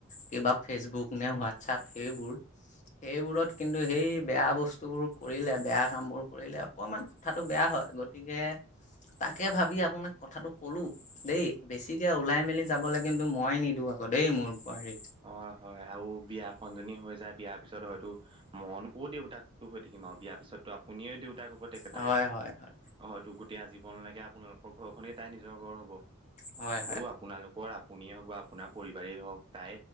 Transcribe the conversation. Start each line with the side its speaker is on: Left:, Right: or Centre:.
Left: কিবা ফেচবুক নে হোৱাটছপ সেইবোৰ সেইবোৰত কিন্তু সেই বেয়া বস্তুবোৰ কৰিলে বেয়া কামবোৰ কৰিলে অকনমান কথাটো বেয়া হয় গতিকে তাকে ভাবি আপোনাক কথাটো কলো দেই বেছিকে ওলাই মেলি যাবলৈ কিন্তু মই নিদো আৰু আকৌ দেই মোৰ বোৱাৰীক
Right: হয়-হয় আৰু বিয়াখনজনী হৈ যায় বিয়াৰ পিছত হয়তো মইনো ক'ত দেউতাকটো হৈ থাকিম আৰু বিয়াৰ পিছতো আপুনিয়ে দেউতাক প্ৰতেকে
Left: হয়
Right: তাই
Left: হয় হয়
Right: হয়তো গোটেই আজীৱনলৈকে আপোনালোকৰ ঘৰখনে তাই নিজৰ ঘৰ হব
Left: হয়
Right: আৰু আপোনালোকৰ আপুনিয়ে হওক বা আপোনাৰ পৰিবাৰেই হওক তাই